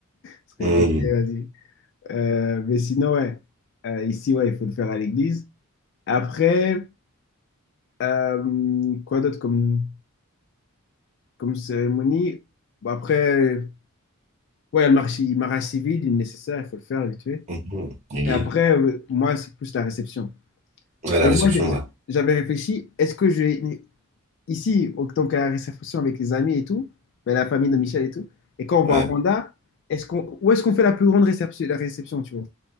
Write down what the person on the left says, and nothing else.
Ça serait
vite fait, vas-y. Euh, mais sinon, ouais. Euh, ici, ouais, il faut le faire à l'église. Après, Euh, quoi d'autre comme, comme cérémonie? Bon, après, ouais, il y a le mariage, le mariage civil, il est nécessaire, il faut le faire vite fait.
Et après, euh, moi, c'est plus la réception.
Et
moi, j'ai-
j'avais réfléchi, est-ce que j'ai ici, en tant qu'à la réception avec les amis et tout, ben, la famille de Michel et tout, et quand on
va au Rwanda, est-ce qu'on, où est-ce qu'on fait la plus grande réception, la réception, tu vois?